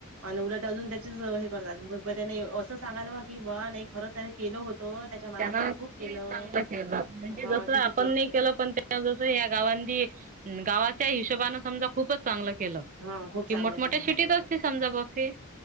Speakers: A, on the right; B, on the right.
A: आणि उलट अजून त्याचेच हे करतात त्यानी सांगायला बा की बा नाही त्याने केलं होत. तो त्याच्या- मानाने
B: त्यांना
A: त्याने खूप केलं
B: चांगला केलं म्हणजे
A: हा
B: जस
A: किती
B: आपण नाही केलं पण स या गावांनी गावाच्या हिशोबनें समजा खूपच चांगलं केलं.
A: हा खूप चांगलं
B: कि मोठमोठ्या
A: केलं
B: शिटीत असते समजा बफी